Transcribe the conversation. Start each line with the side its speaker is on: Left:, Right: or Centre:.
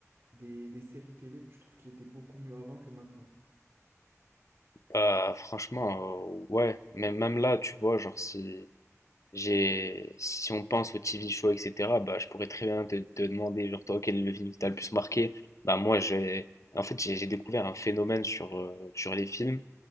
Right: des, des séries télé que tu trouves qui étaient beaucoup mieux avant que maintenant.
Left: Euh, franchement, euh, ouais, mais même là, tu vois, genre si j'ai si on pense au T V show, etc., bah je pourrais très bien te, te demander, genre toi, quel est le film qui t'a le plus marqué? Bah moi j'ai en fait j'ai j'ai découvert un phénomène sur, euh, sur les films.